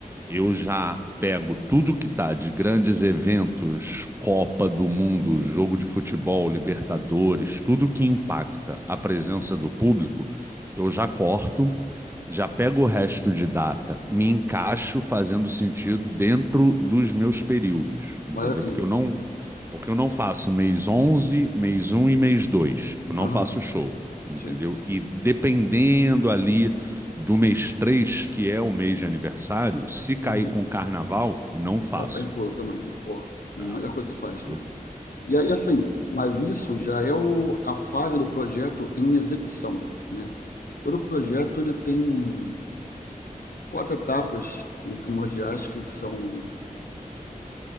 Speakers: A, on the right; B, on the left.
A: eu já pego tudo que tá de grandes eventos, Copa do Mundo, jogo de futebol, Libertadores, tudo que impacta a presença do público, eu já corto, já pego o resto de data, me encaixo fazendo sentido dentro dos meus períodos, entendeu?
B: maravilha.
A: Porque eu não, porque eu não faço mês 11, mês um e mês 2, Eu não
B: Aham,
A: faço show, entendeu?
B: sim.
A: E dependendo ali do mês 3 que é o mês de aniversário, se cair
B: Uhum.
A: com carnaval, não faço.
B: Tá bem pula também. Boa. Melhor
A: É,
B: coisa
A: entendeu?
B: que você faz mesmo. E aí, assim, mas isso já é o- a fase do projeto em execução, né? Todo projeto ele tem quatro etapas que- primordiais que são